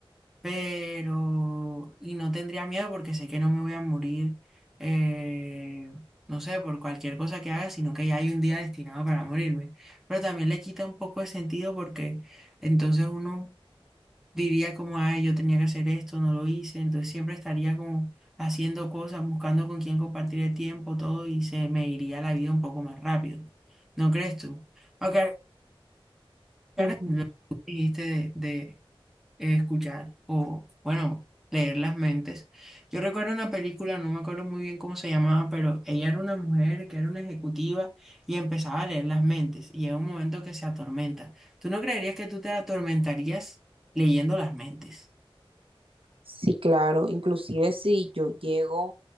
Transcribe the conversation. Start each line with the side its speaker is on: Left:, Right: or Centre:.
Centre: pero y no tendría miedo porque sé que no me voy a morir, eh, no sé, por cualquier cosa que haga, sino que ya hay un día destinado para morirme. Pero también le quita un poco de sentido porque entonces uno diría como, ay, yo tenía que hacer esto, no lo hice, entonces siempre estaría como haciendo cosas, buscando con quién compartir el tiempo, todo, y se me iría la vida un poco más rápido. ¿No crees tú? Aunque ahora- ahora
Right: Ujú.
Centre: lo que dijiste de, de eh, escuchar o, bueno, leer las mentes. Yo recuerdo una película, no me acuerdo muy bien cómo se llamaba, pero ella era una mujer que era una ejecutiva y empezaba a leer las mentes y llega un momento que se atormenta. ¿Tú no creerías que tú te atormentarías leyendo las mentes?
Right: Sí, claro, inclusive si yo llego